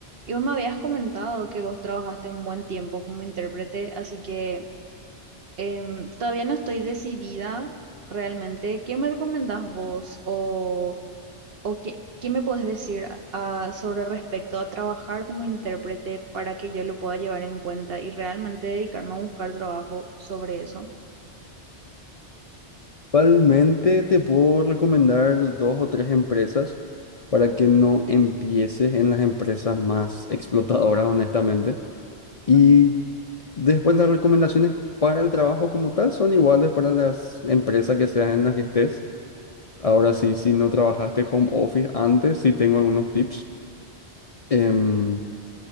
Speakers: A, on the right; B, on the left.
A: y vos me habías comentado que vos trabajaste un buen tiempo como intérprete, así que em, todavía no estoy decidida realmente. ¿Qué me recomendás vos o... ¿O qué, qué me puedes decir ah, sobre respecto a trabajar como intérprete para que yo lo pueda llevar en cuenta y realmente dedicarme a buscar trabajo sobre eso?
B: Igualmente te puedo recomendar dos o tres empresas para que no empieces en las empresas más <laughs> explotadoras, honestamente. Y
A: Ujú.
B: después las recomendaciones para el trabajo como tal son iguales para las empresas que seas en las que estés. Ahora sí, si no trabajaste home office antes, sí tengo algunos tips. Em,